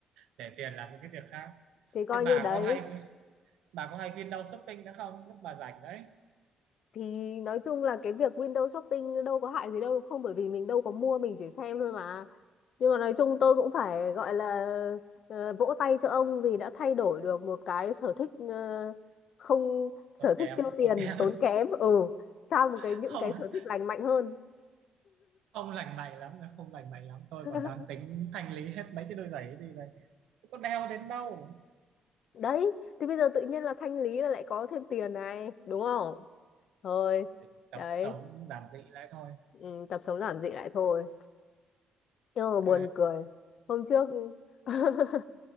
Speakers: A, on the right; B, on the left.
A: để tiền làm những cái việc khác
B: Thì coi
A: thế bà
B: như đấy.
A: có hay bà có hay khuyên đau shopping nữa không lúc bà rảnh đấy
B: Thì nói chung là cái việc window shopping đâu có hại gì đâu đúng không? Bởi vì mình đâu có mua, mình chỉ xem thôi mà. nhưng mà nói chung tôi cũng phải gọi là ờ, vỗ tay cho ông vì đã thay đổi được một cái sở thích ờ, không sở
A: tốn
B: thích
A: kém
B: tiêu tiền
A: tốn kém
B: tốn kém ừ sang một
A: <laughs>
B: cái những
A: không
B: cái sở thích lành mạnh hơn
A: không lành mạnh lắm không lành mạnh lắm tôi
B: <laughs>
A: còn đang tính thanh lý hết mấy cái đôi giày ấy đi đây có đeo đến đâu
B: đấy thì bây giờ tự nhiên là thanh lý là lại có thêm tiền này đúng không thôi
A: mình tập
B: đấy
A: sống giản dị lại thôi
B: ừ, tập sống giản dị lại thôi nhưng mà buồn
A: Ok.
B: cười hôm trước <laughs>